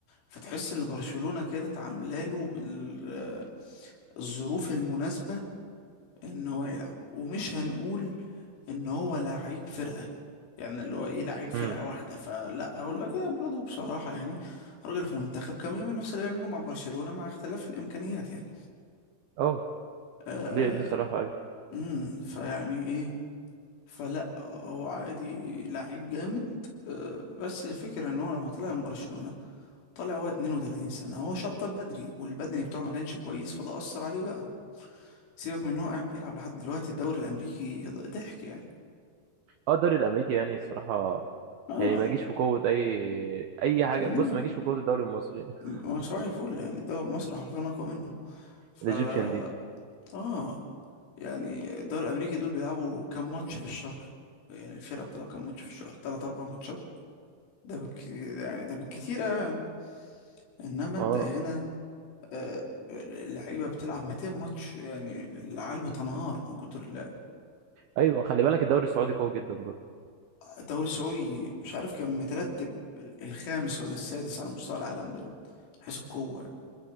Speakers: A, on the left (about 75°); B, on the right (about 80°).
A: فتحس ان برشلونة كانت عامله له ال- آه، الظروف المناسبة ان هو يلعب ومش هنقول ان هو لعيب فرقة يعني اللي هو ايه لعيب فرقة
B: امم
A: واحدة فلا اقول لك لا برضه بصراحة يعني راجل في منتخب كان بيعمل نفس اللي بيعمله مع برشلونة مع اختلاف الامكانيات يعني
B: اه
A: آه
B: دي دي صراحه ايوه
A: امم فيعني ايه فلا هو عادي لعيب جامد آه بس الفكرة ان هو لما طلع من برشلونة طلع هو 32 سنة هو شطب بدري والبدني بتاعه ما كانش كويس فده أثر عليه بقى سيبك من ان هو قاعد بيلعب لحد دلوقتي الدوري الامريكي ضحك يعني
B: اه الدوري الامريكي يعني الصراحه
A: اه
B: يعني ما يجيش في قوه اي اي حاجه
A: آه.
B: بص ما يجيش في قوه الدوري المصري <laughs>
A: م- صباح الفل يعني الدوري المصري حرفيا أقوى منه فا
B: الايجيبشن ليج
A: آه يعني الدوري الأمريكي دول بيلعبوا كام ماتش في الشهر يعني الفرقة بتلعب كام ماتش في الشهر تلات أربع ماتشات ده بالك... يعني ده بالكتير يعني إنما أنت
B: اه
A: هنا آه اللعيبة بتلعب 200 ماتش يعني العيال بتنهار من كتر اللعب
B: ايوه خلي بالك الدوري السعودي قوي جدا برضه
A: الدوري السعودي مش عارف كان مترتب الخامس ولا السادس على مستوى العالم دلوقتي من حيث القوة يعني.